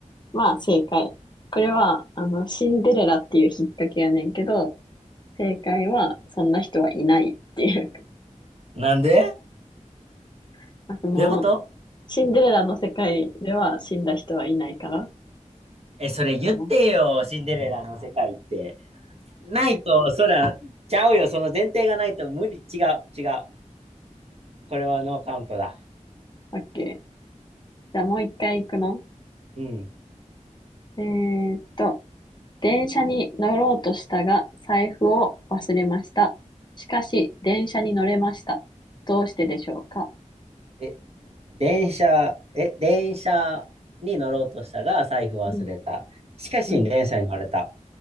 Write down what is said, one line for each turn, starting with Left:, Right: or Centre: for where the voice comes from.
Left: まあ、正解。これは、あの、シンデレラっていう引っ掛けやねんけど、正解は、そんな人はいないっていう。
Right: なんで
Left: <laughs> まあその、
Right: どういうこと
Left: シンデレラの世界では死んだ人はいないから、
Right: え、それ言ってよ、
Left: かな。オ
Right: シンデレラの世界って。ないと、そら、ちゃうよ、その前提がないと無理、違う、違う。これはノーカウントだ。
Left: ッケー。じゃあもう一回行くの
Right: うん。
Left: えーっと、電車に乗ろうとしたが、財布を忘れました。しかし、電車に乗れました。どうしてでしょうか
Right: え、電車、え、電車に乗ろうとしたが、財布を忘れた。
Left: うん、
Right: しかし、
Left: うん、
Right: 電車に乗れた。